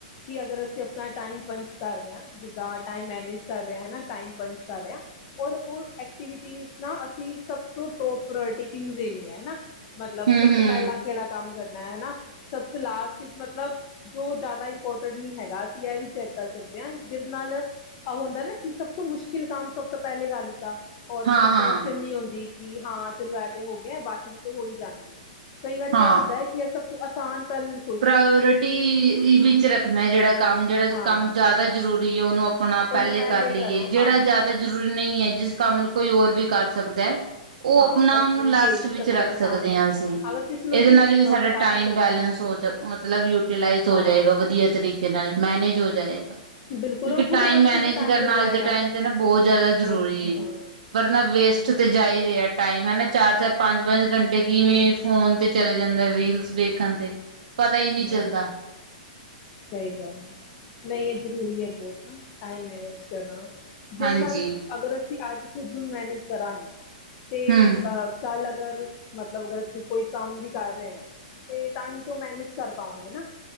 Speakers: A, on the left (about 35°); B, on the right (about 75°).
A: ਕਿ ਅਗਰ ਅਸੀਂ ਆਪਣਾ ਟਾਈਮ ਪੰਚ ਕਰ ਰਹੇ ਹਾਂ, ਜਿੱਦਾਂ ਟਾਈਮ ਮੈਨੇਜ ਕਰ ਰਹੇ ਹਾਂ ਹੈ ਨਾ ਟਾਈਮ ਪੰਚ ਕਰ ਰਹੇ ਹਾਂ। ਔਰ, ਔਰ ਐਕਟੀਵਿਟੀਸ ਨਾ, ਅਸੀਂ ਸਭਤੋਂ ਟੋਪ ਪ੍ਰਿਓਰਿਟੀ ਕਿਨੂੰ ਦੇਣੀ ਹੈਨਾ? ਮਤਲਬ
B: ਹੂੰ
A: ਸਭ
B: ਹੂੰ
A: ਤੋਂ ਪਹਿਲਾਂ ਕਿਹੜਾ ਕੰਮ ਕਰਨਾ ਹੈਨਾ? ਸਬ ਤੋਂ ਲਾਸਟ ਚ ਮਤਲਬ ਜੋ ਜ਼ਿਆਦਾ ਇਪੋਰਟਟ ਨੀ ਹੈਗਾ, ਅਸੀ ਇਹ ਵੀ ਚੈਕ ਕਰ ਸਕਦੇ ਹਾਂ ਜਿਦ ਨਾਲ ਆ ਹੁੰਦਾ ਨਾ, ਕਿ ਸਭ ਤੋਂ ਮੁਸ਼ਕਿਲ ਕੰਮ ਸਭ ਤੋਂ ਪਹਿਲੇ ਕਰ ਲਿੱਤਾ। ਔਰ
B: ਹਾਂ
A: ਫਿਰ
B: ਹਾਂ
A: ਟੈਂਸ਼ਨ ਨਹੀਂ ਹੋਂਦੀ ਕਿ ਹਾਂ ਚਲੋ ਇਹ ਤੇ ਹੋ ਗਿਆ, ਬਾਕੀ ਦੇ ਤੇ ਹੋ ਹੀ ਜਾਨਗੇ! ਕਈ ਵਾਰੀ
B: ਹਾਂ
A: ਕਿਆ ਹੁੰਦਾ ਹੈ ਕਿ ਇਹ ਸਭ ਤੋਂ ਆਸਾਨ ਪਹਿਲ
B: ਪ੍ਰਾਇਓਰਿਟੀ ਵਿੱਚ ਰੱਖਣਾ ਜਿਹੜਾ ਕੰਮ ਜਿਹੜਾ
A: ਹਾਂ
B: ਕੰਮ ਜ਼ਿਆਦਾ ਜ਼ਰੂਰੀ ਹੈ, ਉਹਨੂੰ ਅਪਨਾ
A: ਉਹਨੂੰ
B: ਪਹਿਲੇ ਕਰ ਲਈਏ,
A: ਕਰੋ
B: ਜਿਹੜਾ
A: ਹਾਂ
B: ਜ਼ਿਆਦਾ ਜ਼ਰੂਰੀ ਨਹੀਂ ਏ ਜਿਸ ਕੰਮ ਨੂੰ ਕੋਈ ਹੋਰ ਵੀ ਕਰ ਸਕਦਾ, ਉਹ
A: ਹਾਂ
B: ਆਪਣਾ
A: ਅਸੀਂ
B: ਉਹਨੂੰ ਲਾਸਟ
A: ਦੇ ਵੀ
B: ਵਿੱਚ ਰੱਖ
A: ਹਾਂ
B: ਸਕਦੇ
A: ਸਾਹਮਣੇ
B: ਹਾਂ ਅਸੀਂ।
A: ਅਗਰ ਕਿਸੇ ਨੂੰ
B: ਇਹਦੇ
A: ਅਸੀਂ
B: ਨਾਲ ਵੀ ਸਾਡਾ
A: ਬਤਾ
B: ਟਾਈਮ
A: ਵੀ ਸਕਦੇ
B: ਬੈਲੈਂਸ
A: ਹਾਂ
B: ਹੋ ਸਕ ਮਤਲਬ ਯੂਟੀਲਾਈਜ਼ ਹੋ
A: ਹਾਂ
B: ਜਾਏਗਾ ਵਧੀਆ ਤਰੀਕੇ ਨਾਲ ਮੈਨੇਜ ਹੋ ਜਾਏਗਾ।
A: ਬਿਲਕੁਲ
B: ਕਿਉਂਕਿ
A: ਔਰ ਖੁਦ
B: ਟਾਈਮ
A: ਵਾਸਤੇ
B: ਮੈਨੇਜ
A: ਵੀ ਟਾਈਮ
B: ਕਰਨਾ
A: ਮਿਲ ਜਾਏਗਾ
B: ਅੱਜ ਦੇ ਟਾਈਮ ਤੇ ਨਾ ਬਹੁਤ ਜ਼ਿਆਦਾ
A: ਬਹੁਤ
B: ਜ਼ਰੂਰੀ ਏ।
A: ਹਾਂ
B: ਪਰ ਨਾ ਵੇਸਟ ਤੇ ਜਾ ਹੀ ਰਿਹਾ ਟਾਈਮ ਹੈਨਾ ਚਾਰ-ਚਾਰ ਪੰਜ-ਪੰਜ ਘੰਟੇ ਕਿਵੇਂ ਫੋਨ ਤੇ ਚੱਲ ਜਾਂਦੇ ਰੀਲਸ ਵੇਖਣ ਤੇ ਪਤਾ ਹੀ ਨਹੀਂ
A: ਹਮ
B: ਚੱਲਦਾ।
A: ਸਹੀ ਗੱਲ ਨਹੀਂ ਇਹ ਜ਼ਰੂਰੀ ਏ ਬਹੁਤ ਨਾ ਟਾਈਮ ਮੈਨੇਜ ਕਰਨਾ। ਜਿਹਦੇ
B: ਹਾਂਜੀ
A: ਨਾਲ ਅਗਰ ਅਸੀਂ ਅੱਜ ਖੁਦ ਨੂੰ ਮੈਨੇਜ ਕਰਾਂਗੇ ਤੇ
B: ਹੂੰ
A: ਅਹ ਕੱਲ ਅਗਰ ਮਤਲਬ ਅਗਰ ਅਸੀਂ ਕੋਈ ਕੰਮ ਵੀ ਕਰ ਰਹੇ ਆ। ਤੇ ਤਾਂ ਹੀ ਤੋ ਮੈਨੇਜ ਕਰ ਪਾਵਾਂਗੇ ਨਾ,